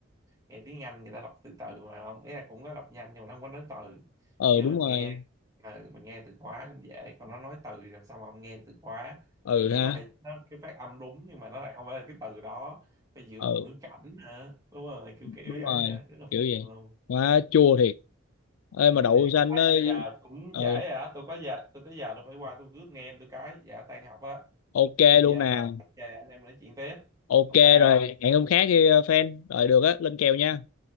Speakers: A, on the right; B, on the left.
A: nghe tiếng Anh người ta đọc từ từ mà ông ý là cũng có đọc nhanh nhưng mà nó không có nói từ
B: ừ
A: như
B: đúng
A: mình
B: rồi
A: nghe ừ, mình nghe từ khóa cũng dễ còn nó nói từ thì làm sao mà ông nghe được từ khóa
B: ừ
A: thì
B: ha
A: có thể nó cái phát âm đúng nhưng mà nó lại không phải là cái từ đó phải dựa
B: ừ
A: vào ngữ cảnh nữa đúng rồi kiểu kiểu
B: đúng
A: vậy
B: rồi
A: á rất là
B: kiểu
A: phiền
B: vậy
A: luôn
B: quá chua thiệt ê
A: chua
B: mà đậu
A: thiệt
B: xanh
A: ấy
B: ấy
A: mà giờ cũng
B: ừ
A: trễ rồi á tôi có giờ tôi tới giờ tôi phải qua tôi rước nghe em tôi cái dạ tan học á
B: ok
A: có gì
B: luôn
A: uh,
B: nè
A: về anh em nói chuyện tiếp
B: ok
A: ok không
B: rồi hẹn hôm khác đi ờ, fan rồi được á lên kèo nha
A: À,